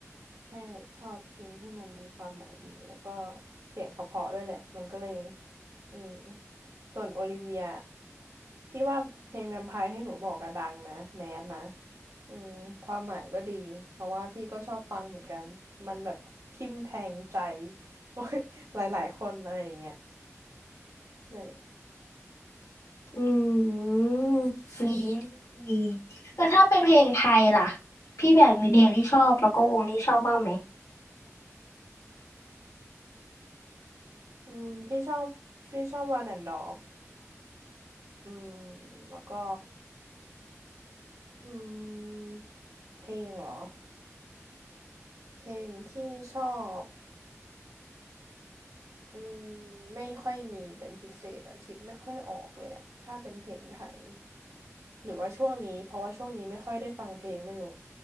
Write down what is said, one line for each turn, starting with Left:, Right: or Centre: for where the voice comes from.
Right: แค่ชอบเพลงที่มันมีความหมายดีแล้วก็เสียงเขาเพราะด้วยแหละมันก็เลยอืมส่วนโอลิเวียพี่ว่าเพลงแวมไพร์ให้หนูบอกอะดังนะแมสนะอืมความหมายก็ดีเพราะว่าพี่ก็ชอบฟังเหมือนกันมันแบบทิ่มแทงใจ <laughs> โอ้ยหลายๆคนอะไรอย่างเงี้ยนั่นแหละ
Left: อืมมีนี่แล้วถ้าเป็นเพลงไทยล่ะพี่แบบมีเพลงที่ชอบแล้วก็วงที่ชอบบ้างไหม
Right: อืมพี่ชอบพี่ชอบวานแอนดอฟอืมแล้วก็อืมเพลงเหรอเพลงที่ชอบ อืมไม่ค่อยมีเป็นพิเศษอะคิดไม่ค่อยออกเลยอะถ้าเป็นเพลงไทยหรือว่าช่วงนี้เพราะว่าช่วงนี้ไม่ค่อยได้ฟังเพลงไม่รู้